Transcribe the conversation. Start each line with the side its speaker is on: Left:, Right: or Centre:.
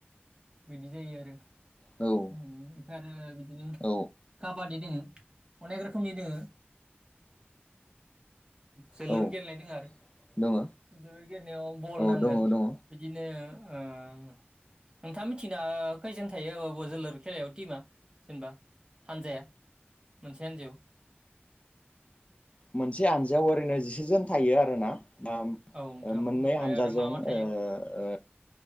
Right: बिदि जायो आरो
Left: औ
Right: उम ओमफ्राय आरो बिदिनो
Left: औ
Right: काबादि दोङो अनेक रोखोमनि दोङो जोलुर
Left: औ
Right: गेलेनाय दं आरो
Left: दङ
Right: जोलुर गेलेनायाव बल
Left: औ
Right: नांगोन
Left: दङ दङ
Right: बिदिनो ओ नोंथाङा मिथिना खैजोन थायो अब जोलुर खेलायाव टिमा जेनेबा हानजाया मोनसे हान्जायाव
Left: मोनसे हानजायाव ओरैनो जिसेजोन थायो आरो ना उम
Right: औ नोंथां
Left: मोननै
Right: ओमफ्राय
Left: हानजाजों
Right: आरो मा मा थायो
Left: ओ ओ